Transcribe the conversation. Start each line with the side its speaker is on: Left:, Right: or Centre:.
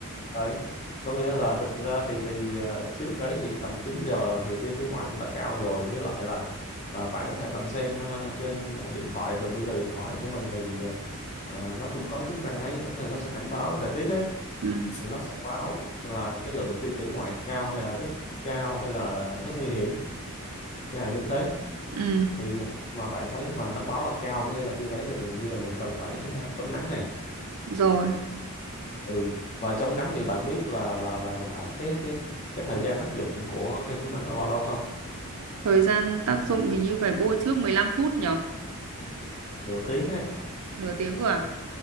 Left: đấy có nghĩa là thực ra thì thì ờ, trước đấy thì tầm 9 giờ thì tia tướng ngoại cũng đã cao rồi với lại là ờ, bạn có thể bạn xem ờ, trên ờ, điện thoại thường bây giờ điện thoại của mình thì ờ, ờ, nó cũng có chức năng ấy nó nó sẽ cảnh báo thời tiết ấy
Right: ừm,
Left: thì nó sẽ báo là cái lượng tia tử ngoại cao hay là rất cao hay là rất nguy hiểm chẳng hạn như thế
Right: ừm,
Left: thì một mà bạn thấy mà nó báo là cao có nghĩa là khi đấy là gần như là mình cần phải ờ, chống nắng này
Right: rồi
Left: ừ và chống nắng thì bạn biết là là là là cái cái cái thời gian tác dụng của kem chống nắng là bao lâu không
Right: thời gian tác dụng mình như phải bôi trước 15 phút nhở
Left: nửa tiếng hay
Right: nửa tiếng cơ à